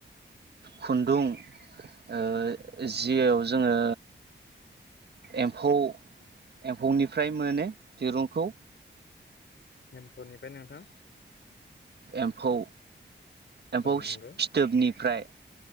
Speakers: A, on the right; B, on the left.
A: खुन्दुं ओ जियाव जोङो एम्फौ एम्फौनिफ्राय मोनो दिरुंखौ
B: एमफौनिफ्राय नोंथां
A: एम्फौ एम्फौ
B: औ नंगौ
A: सि फिथोबनिफ्राय